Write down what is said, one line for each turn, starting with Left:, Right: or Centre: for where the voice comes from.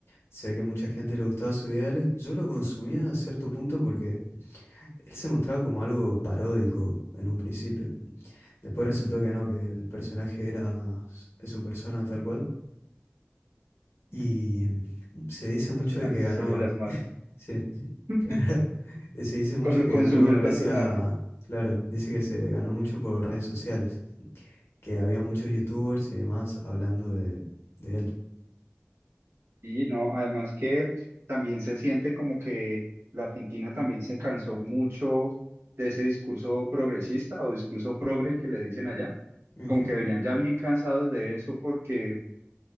Left: se ve que mucha gente le gustaba sus ideales. Yo lo consumía a cierto punto porque él se mostraba como algo paródico en un principio. Después resultó que no, que el personaje era s- de su persona tal cual. Y mm, se dice
Right: El personaje
Left: mucho de que
Right: se
Left: ganó.
Right: salió de las manos.
Left: Sí, <laughs>
Right: <laughs>
Left: claro. Eh, Se dice mucho
Right: Con lo
Left: que
Right: consumió
Left: ganó
Right: el
Left: gracias
Right: personaje.
Left: a. Claro, dice que se ganó mucho por redes sociales, que había muchos youtubers y demás hablando de, de él.
Right: Y no, además que también se siente como que la Argentina también se cansó mucho de ese discurso progresista o discurso progre que le dicen allá.
Left: Ujú.
Right: Como que venían ya bien cansados de eso porque